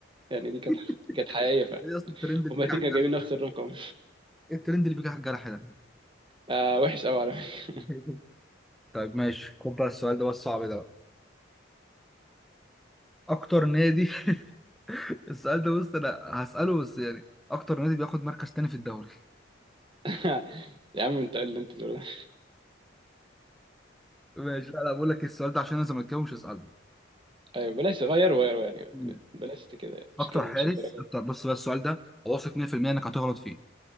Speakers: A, on the right (about 25°); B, in the centre.
A: يعني دي كانت
B: <laughs>
A: كانت حقيقيه فعلا
B: ايه اصلا الترند اللي
A: هما
B: بيجي
A: الاثنين
B: على
A: كانوا
B: الجرح؟
A: جايبين نفس الرقم
B: ايه الترند اللي بيجي على الجرح ده؟
A: آه وحش قوي على فكرة.
B: <laughs> طيب ماشي خد بقى السؤال ده بس صعب ده بقى اكتر نادي <laughs> السؤال ده بص انا هسأله بس يعني اكتر نادي بياخد مركز تاني في الدوري
A: <laughs> يا عم انت إيه اللي انت تقوله ده.
B: ماشي لا لا بقول لك السؤال ده عشان انا زملكاوي مش هسأله
A: ايوه بلاش غير غير يعني
B: مم.
A: بلاش كده
B: اكتر
A: مش كده
B: حارس
A: مش الدرجه
B: اكتر
A: دي
B: بص بقى السؤال ده واثق 100% انك هتغلط فيه